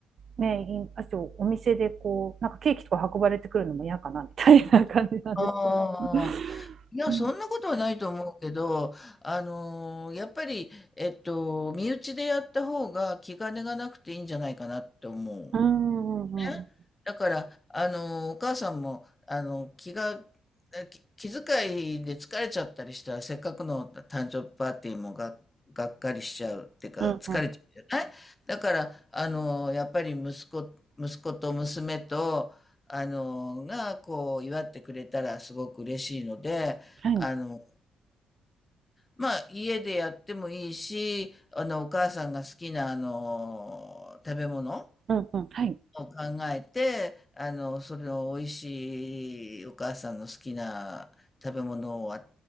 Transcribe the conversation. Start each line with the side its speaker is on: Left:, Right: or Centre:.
Right: ねいあとお店でこうなんかケーキとか運ばれてくるのも嫌かなみたいな感じなんですけど
Left: ああ。
Right: <laughs>。
Left: いや、
Right: うん
Left: そんなことはないと思うけど、あの、やっぱり、えっと、身内でやった方が気兼ねがなくていいんじゃないかなって思う。
Right: うんうんうん
Left: ね、だから、あの、お母さんも、あの、気が、えき気遣いで疲れちゃったりしたら、せっかくの誕生日パーティーもが、がっかりしちゃうっていうか、
Right: うんうん
Left: 疲れちゃうじゃないだから、あの、やっぱり息子、息子と娘と、あの、が、こう、祝ってくれたらすごく嬉しいので、
Right: はい
Left: あの、まあ、家でやってもいいし、あの、お母さんが好きな、あの、食べ物、
Right: うんうんはい
Left: を考えて、あの、それの美味しいお母さんの好きな食べ物をあ、